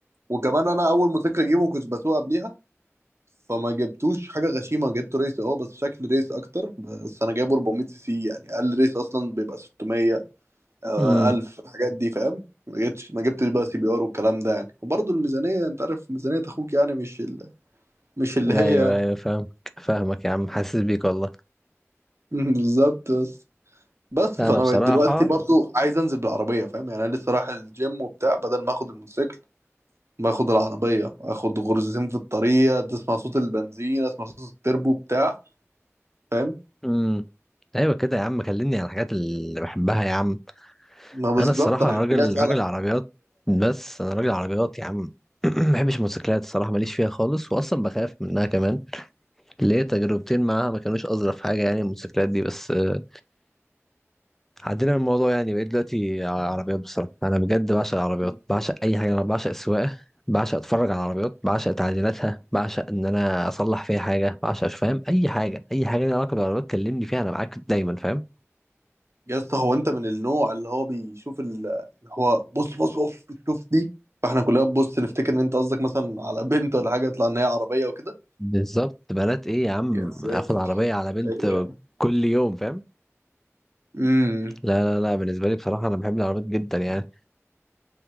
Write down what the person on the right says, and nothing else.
وكمان انا اول موتوسيكل اجيبه كنت بسوق قبليها فما جبتوش حاجه غشيمه جبته ريس اه بس شكل ريس اكتر بس انا جايبه 400 سي سي يعني اقل ريس اصلا بيبقى 600 آه،
ألف الحاجات دي فاهم ما جبتش ما جبتش بقى سي بي ار والكلام ده يعني وبرضه الميزانية أنت عارف ميزانية أخوك يعني مش ال... مش اللي
هي يعني
<laughs> بالظبط بس بس
فأنا
بقيت ايوه دلوقتي برضه عايز أنزل بالعربية فاهم يعني أنا لسه رايح الجيم وبتاع بدل ما آخد الموتوسيكل باخد العربية آخد غرزتين في الطريق تسمع صوت البنزين أسمع صوت التربو بتاع فاهم
ما بالظبط
أنا
كنت
جاي
يا اسطى هو انت من النوع اللي هو بيشوف ال- اللي هو بص بص بص شوف دي فاحنا كلنا بنبص نفتكر ان انت قصدك مثلا على بنت ولا حاجه يطلع ان هي عربيه وكده
يا ساتر
ايوه
امم